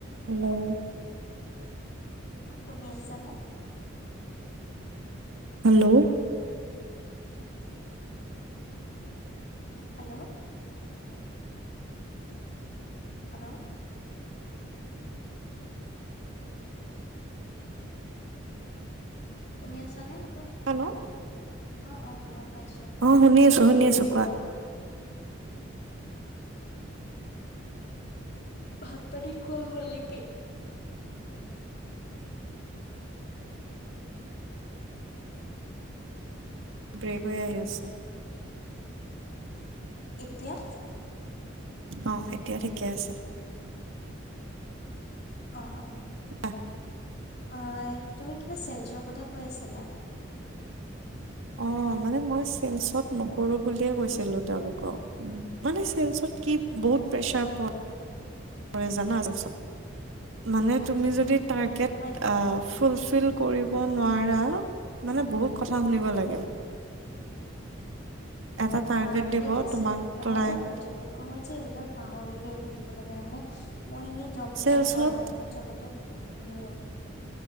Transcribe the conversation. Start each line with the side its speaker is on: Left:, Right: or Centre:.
Right: Hello
Left: অঁ পোনি আছে নে?
Right: হেল্ল।
Left: Hello hello. শুনি আছা নে হেল্ল।
Right: হেল্ল
Left: অ' অ' মই পাইছো কোৱা।
Right: অঁ শুনি আছো শুনি আছো কোৱা।
Left: ভাত পানী খোৱা হ'ল নেকি?
Right: ব্ৰেক হৈ আহি আছোঁ।
Left: এতিয়া।
Right: অঁ, এতিয়া ঠিকে আছে।
Left: অঁ অঁ।
Right: <unintelligible>
Left: অঁ, তুমি কিবা চেলচৰ কথা কৈ আছিলা।
Right: অঁ, মানে মই চেলচত নকৰো বুলিয়ে কৈছিলো তেওঁলোকক। মানে চেলছত কি বহুত প্ৰেচাৰ প ৰে জানা ছেলচত, মানে তুমি যদি টাৰ্গেট
Left: হয় নেকি?
Right: অঁ ফুল ফিল কৰিব নোৱাৰা মানে বহুত কথা শুনিব লাগে। এটা
Left: টাৰ্গেট
Right: দিব
Left: আছে
Right: তোমাক
Left: নেকি? মই
Right: লাইক
Left: যে সুধি মই যে এইবাৰ পাহৰিলোয়ে সুধিবলৈ জানানে, মই এনেই জববিলাক
Right: চেলচত
Left: কৰাৰ আগত চবতে সুধো।